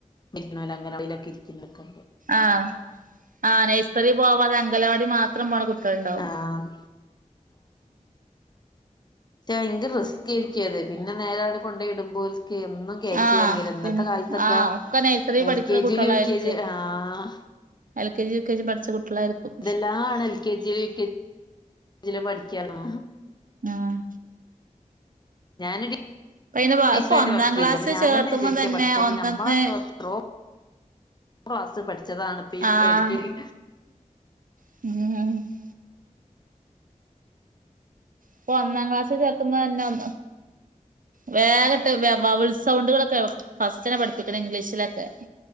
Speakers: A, on the left; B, on the right.
A: പിന്നോലങ്ങനെ <unintelligible> ഇരിക്ക്ന്നൊക്കെ
B: ആഹ് ആഹ് നെഴ്സറി പോവാതെ അംഗലവാടി മാത്രം പോണ കുട്ടാള് ണ്ടാവും
A: ആഹ് റ്റെ യ്ങ്ക് റിസ്കേര്ക്കും അത് പിന്നെ നേരാട് കൊണ്ടെയിടുമ്പോൾ ഒര് എന്നും <unintelligible>
B: ആഹ്
A: ഇന്നത്തെ
B: പിന്നെ
A: കാലത്തൊക്കെ
B: ആഹ് ഒക്കെ നഴ്സറി
A: എൽ
B: പഠിക്കണ
A: കെ
B: കുട്ടികളായിരിക്കേ
A: ജി ലു യു കെ ജി ല് ആഹ്
B: L K G U K G പഠിച്ച കുട്ടികളായിരിക്കും.
A: ഇതെല്ലാണ് എൽ കെ ജി ല് യു കെ ജി പഠിക്കാണാ
B: ആഹ്
A: ഞാനൊര്
B: ഇപ്പ അയിന്
A: ടീച്ചറായിട്ട്
B: ഇപ്പൊ ഒന്നാം
A: വർക്ക് ചെയ്തിനു
B: ക്ലാസ്
A: അപ്പൊ ഞാൻ
B: ചേർത്തുമ്പോ
A: തന്നെ വിചാരിക്കാ
B: തന്നെ
A: പടച്ചോനെ
B: ഒന്നൊന്ന്
A: ഞമ്മളൊക്കെ ത്രോ ക്ലാസ്സ് പഠിച്ചതാണ് ഇപ്പം
B: ആഹ്
A: മ് എ ൽ ക്കെ ജി
B: <unintelligible> ഇപ്പൊ ഒന്നാം ക്ലാസ് ചേർത്തുമ്പോ തന്നെ ഒന്ന് വേഗട്ട് വേ വവ്ൾ സൗണ്ടുകളൊക്കെ ഫസ്റ്റ നെ പഠിപ്പിക്കണം ഇംഗ്ലീഷിലൊക്കെ